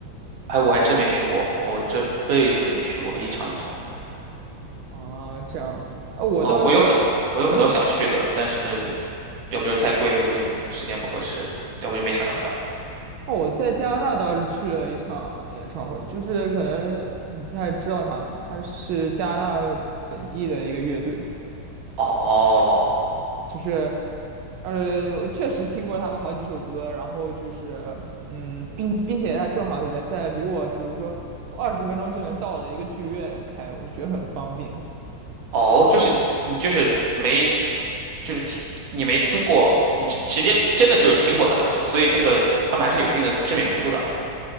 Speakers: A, on the right; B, on the right.
A: 哎，我还真没去过，我这辈子没去过一场演唱会。
B: 啊，这样子啊，我到这儿，
A: 嗯，我有很我有很多想去的，
B: 我到
A: 但是。要不就是太贵，要不就是时间不合适，要不就没抢着票。
B: 哦，我在加拿大倒是去了一场演唱会，就是可能你不太知道他们，他是加拿大本地的一个乐队，
A: 哦
B: 就是呃，我确实听过他们好几首歌，然后就是嗯，并并且他正好在在离我，比如说我二十分钟就能到的一个剧院开，我就觉得很方便。
A: 哦，就是你就是没就是听你没听过，你直直接真的就是听过他的歌，所以这个他们还是有一定的知名度的。